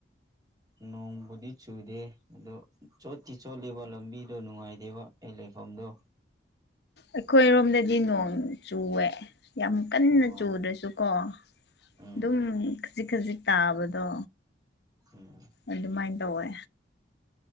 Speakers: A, on the right; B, on the left.
A: ꯅꯣꯡꯕꯨꯗꯤ ꯆꯨꯗꯦ ꯑꯗꯣ ꯆꯣꯠꯇꯤ ꯆꯣꯠꯂꯤꯕ ꯂꯝꯕꯤꯗꯣ ꯅꯨꯡꯉꯥꯏꯇꯦꯕ ꯑꯦꯂꯤ ꯐꯣꯟꯣꯟꯗꯣ
B: ꯑꯩꯈꯣꯏꯔꯣꯝꯗꯗꯤ ꯅꯣꯡ ꯆꯨꯋꯦ ꯌꯥꯝ ꯀꯟꯅ
A: ꯑꯣ
B: ꯆꯨꯗ꯭ꯔꯁꯨꯀꯣ
A: ꯎꯝ
B: ꯑꯗꯨꯝ ꯈꯖꯤꯛ ꯈꯖꯤꯛ ꯇꯥꯕꯗꯣ
A: ꯎꯝ
B: ꯑꯗꯨꯃꯥꯏꯅ ꯇꯧꯋꯦ